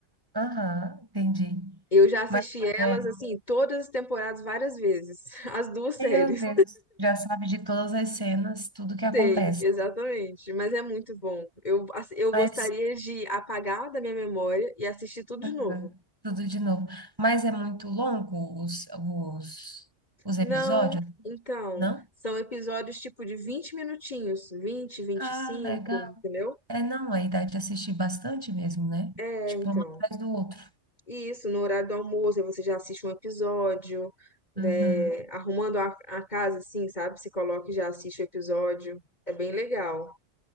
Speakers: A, on the right (about 20°); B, on the left (about 35°).
A: aham, entendi.
B: Eu já assisti
A: Mas,
B: elas
A: é,
B: assim, todas as temporadas várias vezes, <laughs> as duas séries.
A: meu Deus, já sabe de todas as cenas, tudo que acontece.
B: Sei, exatamente, mas é muito bom. Eu, ass- eu
A: Mas,
B: gostaria de apagar da minha memória e assistir tudo
A: aham,
B: de novo.
A: tudo de novo. Mas é muito longo os, os, os episódios,
B: Não, então,
A: não?
B: são episódios tipo de 20 minutinhos, vinte, vinte
A: Ah,
B: e cinco,
A: legal.
B: entendeu?
A: É, não, aí dá de assistir bastante mesmo, né?
B: É,
A: Tipo,
B: então.
A: um atrás do outro.
B: E isso, no horário do almoço, aí você já assiste um episódio, né,
A: Uhum.
B: arrumando a, a casa, assim, sabe? Se coloca e já assiste o episódio. É bem legal.